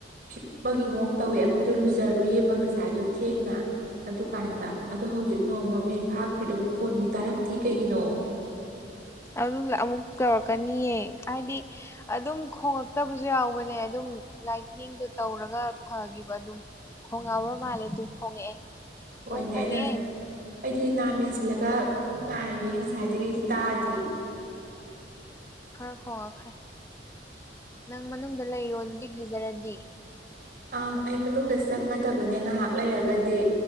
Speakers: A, on the right; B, on the left.
A: ꯈꯤꯛꯄꯒꯤ ꯃꯑꯣꯡ ꯇꯧꯋꯦ ꯑꯩꯈꯣꯏꯗꯣ ꯂꯨꯖꯔꯨꯏꯌꯦꯕ ꯉꯁꯥꯏꯗꯣ ꯊꯦꯡꯅ ꯑꯗꯨꯀꯥꯟꯗ ꯑꯗꯣ ꯍꯧꯖꯤꯛ ꯅꯣꯡꯃ ꯃꯤꯠ ꯐꯥꯈ꯭ꯔꯤꯗꯣ ꯃꯈꯣꯟꯗꯤ ꯇꯥꯔꯛꯇꯤꯌꯦ ꯀꯩꯒꯤꯅꯣ
B: ꯑꯗꯨ ꯑꯃꯨꯛ ꯇꯧꯔꯛꯀꯅꯤꯌꯦ ꯍꯥꯏꯗꯤ ꯑꯗꯨꯝ ꯈꯣꯉꯛꯇꯕꯁꯨ ꯌꯥꯎꯕꯅꯦ ꯑꯗꯨꯝ ꯂꯥꯏꯠꯅꯤꯡꯗꯣ ꯇꯧꯔꯒ ꯐꯈꯤꯕ ꯑꯗꯨꯝ ꯈꯣꯡꯉꯛꯑꯕ꯭ꯔ ꯃꯥꯜꯂꯦ ꯇꯨ ꯈꯣꯡꯉꯛꯑꯦ
A: ꯍꯣꯏꯅꯦ
B: ꯅꯣꯡ ꯈꯣꯡꯉꯛꯑꯦ
A: ꯑꯩꯅ ꯑꯩꯗꯤ ꯅꯥ ꯃꯦꯟꯁꯤꯜꯂꯒ ꯉꯥꯏꯔꯦ ꯉꯁꯥꯏꯗꯒꯤꯗꯤ ꯇꯥꯗꯤꯌꯦ
B: ꯈꯔ ꯈꯣꯡꯉꯛꯈ꯭ꯔꯦ ꯅꯪ ꯃꯅꯨꯡꯗ ꯂꯩꯔꯣ ꯑꯗꯨꯗꯤ ꯀꯤꯖꯔꯗꯤ
A: ꯑ ꯑꯩ ꯃꯅꯨꯡꯗ ꯆꯪꯒꯗꯕꯅꯦ ꯉꯥꯏꯍꯥꯛ ꯂꯩꯔꯒꯗꯤ